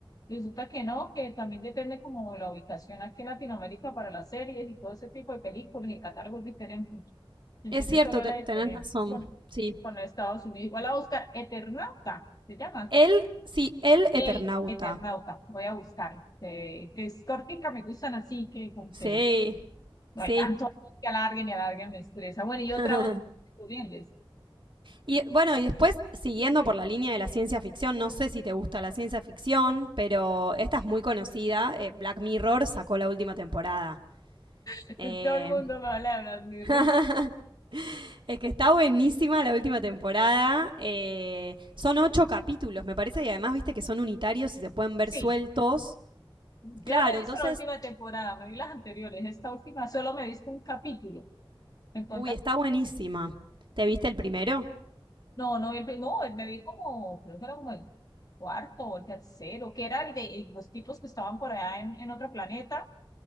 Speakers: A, on the left; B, on the right.
A: y resulta que no, que también depende como la ubicación aquí en Latinoamérica para las series y todo ese tipo de películas y el catálogo es diferente. Pensé
B: Es
A: que
B: cierto,
A: solo
B: te-
A: era diferente
B: tenés razón.
A: con,
B: Sí.
A: con Estados Unidos. Igual a buscar Eternauta, se llama.
B: Él, sí, el Eternauta.
A: El Eternauta, voy a buscar. eh, es cortica, me gustan así que como
B: Sí,
A: que no
B: sí.
A: hay tanto ahí que alarguen y alarguen, me estresa. Bueno, y otra,
B: <laughs>
A: otra, tú vienes.
B: Y bueno, y después, siguiendo por la línea de la ciencia ficción, no sé si te gusta la ciencia ficción, pero esta es muy conocida. eh, Black Mirror sacó la última temporada.
A: Este,
B: Eh,
A: Todo el mundo me habla de Black Mirror.
B: <laughs> es que está buenísima la última temporada. Eh, son ocho capítulos, me parece, y además viste que son unitarios y se pueden ver
A: Sí,
B: sueltos.
A: yo
B: Claro,
A: no me he
B: entonces,
A: visto la última temporada, me vi las anteriores. Esta última solo me he visto un capítulo. Me encontré-
B: uy, está buenísima. ¿Te viste el primero?
A: No, no, el, no, me vi como, creo que era como el cuarto o el tercero, que era el de el- los tipos que estaban por allá en, en otro planeta